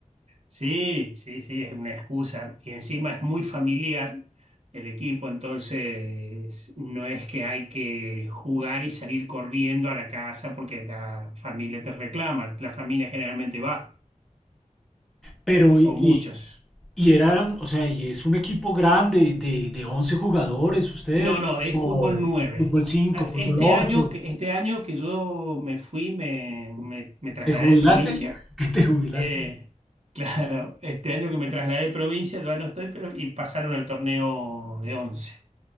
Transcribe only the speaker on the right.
Sí, sí, sí, es una excusa. Y encima es muy familiar el equipo, entonces no es que hay que jugar y salir corriendo a la casa porque la familia te reclama. La familia generalmente va,
o muchos.
No, no, es
fútbol 9.
A- Este
año, que- este año que yo me fui, me, me- me trasladé
de provincia.
eh, <laughs> claro, este año que me trasladé de provincia ya no estoy, pero y pasaron al torneo de 11.